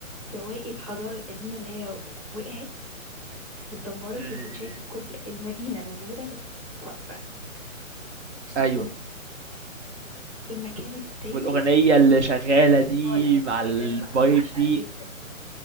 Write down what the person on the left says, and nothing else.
بواقي الحضارة القديمة اللي هي وقعت واتدمرت
وتتشاف
كل المدينة موجودة بس واقفة في سكوت
المكان التاني
اه الأهرامات
بتاعتها بقى بعشقها
جدا